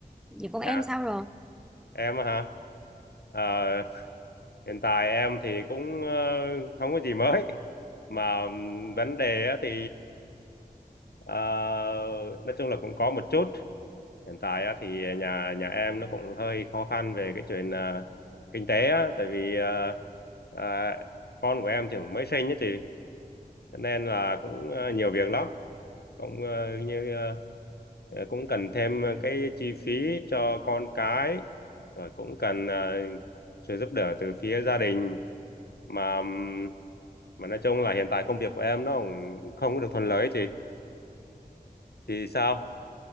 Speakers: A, in the centre; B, on the left.
A: vậy còn em
B: À,
A: sao
B: em á hả? Ờ, hiện tại em thì cũng ờ, không có gì mới. Mà ừm, vấn đề á thì ờ, nói chung là cũng có một chút. Hiện tại á thì nhà nhà em nó cũng hơi khó khăn về cái chuyện ờ, kinh tế á, tại vì ờ, ờ, con của em thì cũng mới sinh á chị, cho nên là cũng ờ, nhiều việc lắm cũng ờ, như ờ, ờ, cũng cần thêm cái chi phí cho con cái rồi cũng cần ờ, sự giúp đỡ từ phía gia đình mà ừm, mà nói chung là hiện tại công việc của em nó cũng không có được thuận lợi ấy chị thì sao